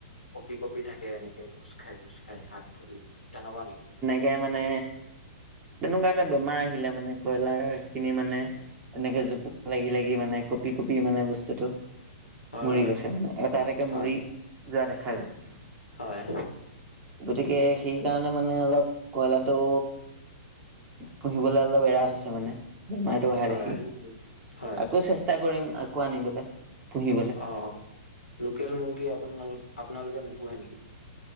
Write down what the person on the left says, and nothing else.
কপি - কপি থাকে এনেকে। কোজ খাই কোজ খাই হাত - ভৰি তেনেকুৱা নেকি?
হয়
হয়
হয়।
হয়
হয় হয়
অ লোকেল মুৰ্গী আপোনাল - আপোনালোকে নোপোহে নেকি?